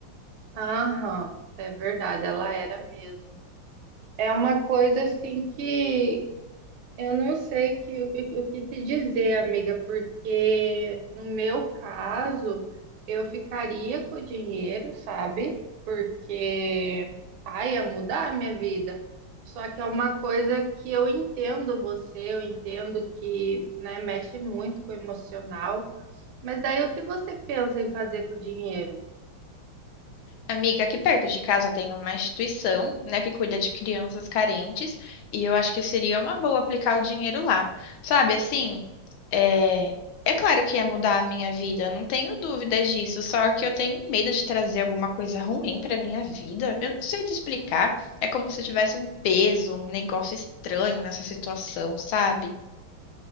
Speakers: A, on the right; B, on the left.
A: Aham, é verdade, ela era mesmo. É uma coisa assim que. Eu não sei que- o, que o que te dizer, amiga, porque no meu caso, eu ficaria com o dinheiro, sabe? Porque, ai, ia mudar a minha vida. Só que é uma coisa que eu entendo você, eu entendo que, né, mexe muito com o emocional. Mas daí o que você pensa em fazer com o dinheiro?
B: Amiga, aqui perto de casa tem uma instituição, né, que cuida de crianças carentes, e eu acho que seria uma boa aplicar o dinheiro lá. Sabe, assim, é, é claro que ia mudar a minha vida, não tenho dúvidas disso, só que eu tenho medo de trazer alguma coisa ruim para minha vida. Eu não sei te explicar, é como se eu tivesse um peso, um negócio estranho nessa situação, sabe?